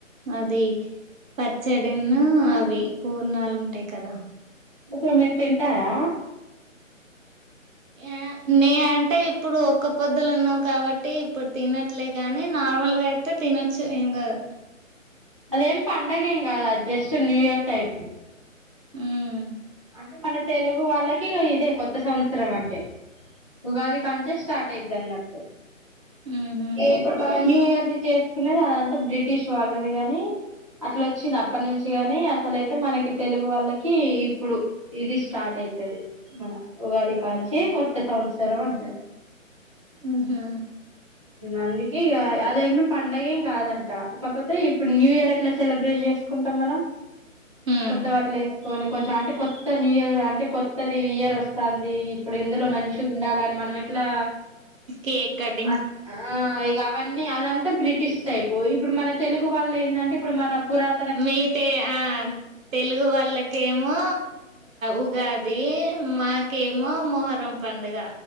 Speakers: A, on the right; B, on the right.
A: అది పచ్చడిను అవి పూర్ణాలు ఉంటాయి కదా
B: పుణ్ణం మీరు తింటారా
A: ఏ నే అంటే ఇప్పుడు ఒక్క పొద్దులు ఉన్నాం కాబట్టి ఇప్పుడు తినట్లే గాని నార్మల్గా అయితే తినొచ్చు ఏం గాదు
B: అదేం పండగ ఏం గాదు అది జస్ట్ న్యూ ఇయర్ టైపు
A: ఉమ్
B: అంటే మన తెలుగు వాళ్ళకి ఇదే కొత్త సంవత్సరం అంటే ఉగాది కానుంచే స్టార్ట్ అయిదన్నట్టు
A: ఊహూ
B: ఇప్పుడు మనం న్యూ ఇయర్ చేసుకునేది అదంతా బ్రిటిష్ వాళ్ళది గాని అట్లా వచ్చింది
A: హ్మ్
B: అప్పడి నుంచి గాని అసలైతే మనకి తెలుగు వాళ్ళకి ఇప్పుడు ఇది స్టార్ట్ అయితది మన ఉగాది కానుంచి కొత్త సంవత్సరం అంటారు
A: ఊహూ
B: అందుకే ఇగ అదేమో పండగ ఏం కాదంట కాకపోతే ఇప్పుడు న్యూ ఇయర్ అట్లా సెలబ్రేషన్ చేసుకుంటాం మనం
A: హ్మ్
B: కొత్త వాటిలు వేసుకొని కొంచెం అంటే కొత్త న్యూ ఇయర్ అంటే కొత్త ఇయర్ వస్తాంది అది ఇప్పుడు ఇందులో మంచి ఉండాలని మనం ఎట్లా
A: కేక్ట్ కట్
B: అ ఆ ఇగ అవి అన్నీ అదంతా బ్రిటిష్ టైప్ ఇప్పుడు మన తెలుగు వాళ్ళు ఏందంటే ఇప్పుడు మన పురాత
A: మీటే ఆ తెలుగు వాళ్ళకేమో ఉగాది మాకేమో మొహరం పండుగ